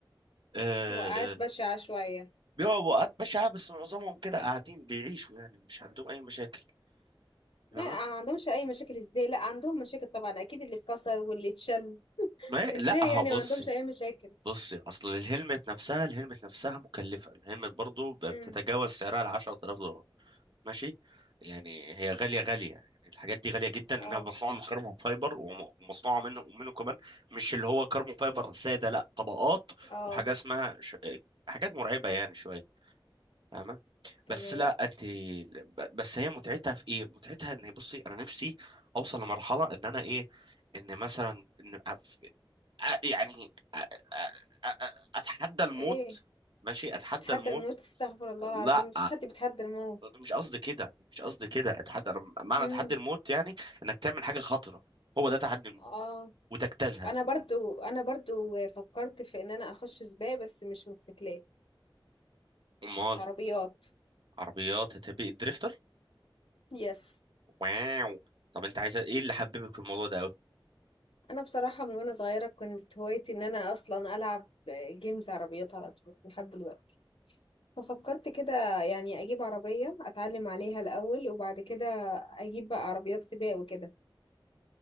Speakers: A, on the right; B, on the left.
A: آه...
B: وقعات بشعة شوية،
A: بيقعوا وقعات بشعه بس معظمهم كده قاعدين بيعيشوا يعني مش عندهم اي مشاكل
B: ما
A: فاهمه
B: ما عندهمش أي مشاكل إزاي، لأ عندهم مشاكل طبعًا أكيد اللي اتكسر واللي اتشل،
A: ما
B: إزاي
A: لا ها
B: يعني
A: بصي
B: ما عندهمش أي مشاكل؟
A: بصي اصل الهلمت نفسها الهلمت نفسها مكلفه الهلمت برضو بتتجاوز
B: إمم،
A: سعرها ال 10000 دولار ماشي يعني هي غاليه غاليه يعني الحاجات دي غاليه جدا
B: آه،
A: لانها مصنوعه من كربون فايبر وم- ومصنوعه منه ومنه كمان مش اللي هو كربون فايبر ساده لا طبقات
B: آه،
A: وحاجه اسمها ش... حاجات مرعبه يعني شويه فاهمه بس
B: تمام،
A: لا انت ب- بس هي متعتها في ايه متعتها ان بصي انا نفسي اوصل لمرحله ان انا ايه ان مثلا ان أف... أ- يعني أ... أ... أ... اتحدى الموت
B: إيه؟
A: ماشي اتحدى
B: تتحدى
A: الموت
B: الموت استغفر الله العظيم
A: لا
B: مفيش حد بيتحدى الموت
A: مش قصدي كده مش قصدي كده اتحدى انا معنى
B: امم
A: تحدي الموت يعني انك تعمل حاجه خطره هو ده تحدي الموت
B: اه
A: وتجتازها
B: انا برضو انا برضو فكرت في ان انا اخش سباق بس مش موتوسيكلات
A: امال
B: عربيات
A: عربيات هتبقى دريفتر
B: يس
A: واو طب انت عايز ايه اللي حببك في الموضوع ده قوي
B: انا بصراحة من وانا صغيرة كانت هوايتي ان انا اصلا العب جيمز عربيات على طول لحد دلوقتي ففكرت كده يعني اجيب عربية اتعلم عليها الاول وبعد كده اجيب بقى عربيات سباق وكده